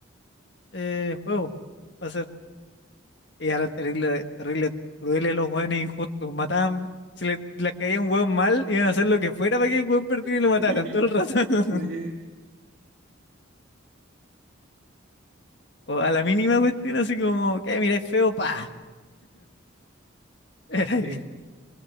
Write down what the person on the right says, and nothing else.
<laughs>
Sí.
Sí.
Sí.